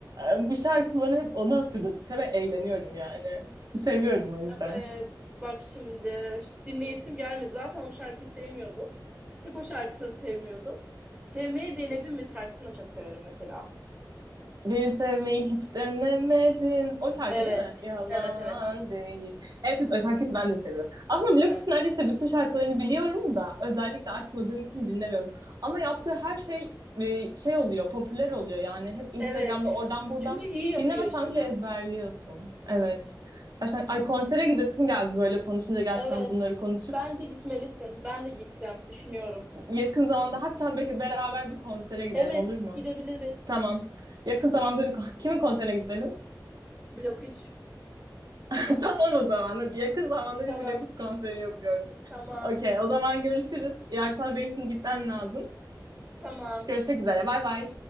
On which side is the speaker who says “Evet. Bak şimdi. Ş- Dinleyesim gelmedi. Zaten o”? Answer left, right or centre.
Right